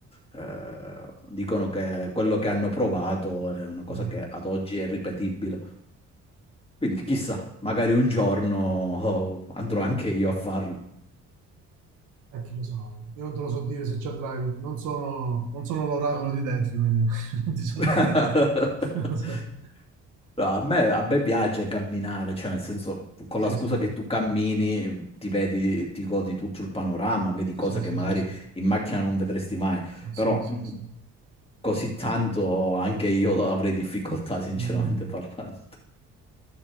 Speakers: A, on the left; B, on the right.
A: Eh, dicono che quello che hanno provato è una cosa
B: Mm.
A: che ad oggi è ripetibile. Quindi chissà, magari un giorno oh, andrò anche io a farlo.
B: Eh, chi lo sa, io non te lo so dire se ci andrai, non sono, non sono l'oracolo di Delfi, quindi <laughs> non ti so
A: <laughs>
B: dire. <laughs>
A: No, a me, a me piace camminare, cioè nel senso, con
B: Sì,
A: la scusa
B: sì,
A: che tu cammini, ti vedi, ti godi tutto il panorama, vedi cose
B: sì,
A: che
B: sì,
A: magari
B: sì, sì.
A: in macchina non vedresti mai,
B: Ah,
A: però
B: Sì, sì,
A: mh,
B: sì.
A: così tanto anche io avrei difficoltà, sinceramente
B: Mm,
A: parlando.